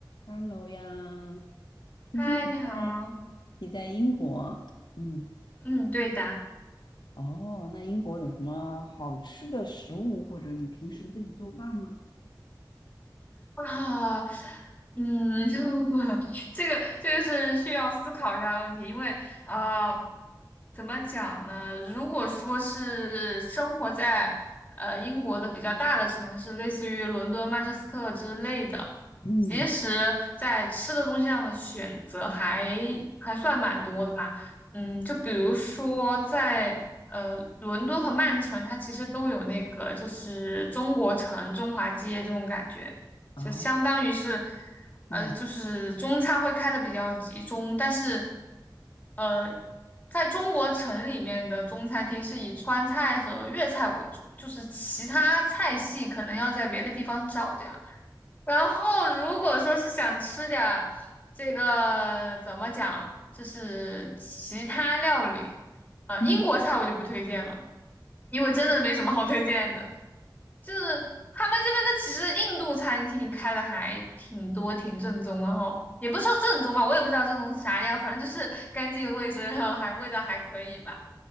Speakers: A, on the left; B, on the left.
A: Hello 呀，听说你在
B: 嗨，你好。
A: 你在英国，嗯，
B: 嗯，对的。
A: 哦，那英国有什么好吃的食物，或者你平时自己做饭吗？
B: 啊，嗯，<laughs> 这个这个是需要思考一下的问题，因为呃，怎么讲呢？如果说是生活在呃英国的比较大的城市，类似于伦敦、曼彻斯特之类的，
A: 嗯，
B: 其实在吃的东西上的选择还还算蛮多的吧。嗯，就比如说在呃伦敦和曼城，它其实都有那个就是中国城、中华街这种感觉。
A: 啊，
B: 就相当于是，
A: 嗯
B: 呃，就是中餐会开的比较集中，但是呃，在中国城里面的中餐厅是以川菜和粤菜为主，就是其他菜系可能要在别的地方找这样。然后如果说是想吃点儿这个怎么讲，就是其他料理，呃，
A: 嗯，
B: 英国菜我就不推荐了，因为真的没什么好推荐的。就是他们这边的其实印度餐厅开的还挺多，挺正宗然后也不说正宗吧，我也不知道正宗啥样，反正就是干净卫生，然后还味道还可以吧。